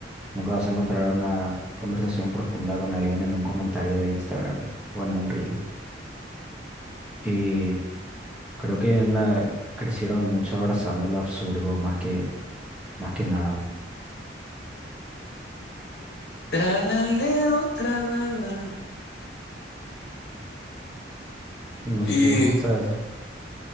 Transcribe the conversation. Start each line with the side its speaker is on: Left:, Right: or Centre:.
Centre: Nunca vas a encontrar una conversación profunda con alguien en un comentario de Instagram o en un reel. Y creo que na- crecieron mucho abrazando lo absurdo más que, más que nada.
Left: Tralalero, tralala.
Centre: No
Left: Y,
Centre: sé si vos pensás eso.